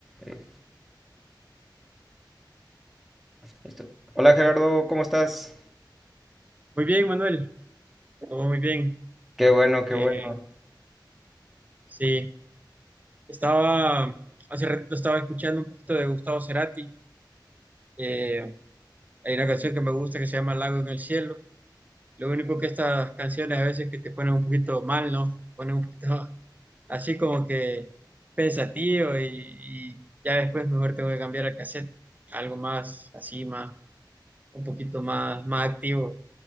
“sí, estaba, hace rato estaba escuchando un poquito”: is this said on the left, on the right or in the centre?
Right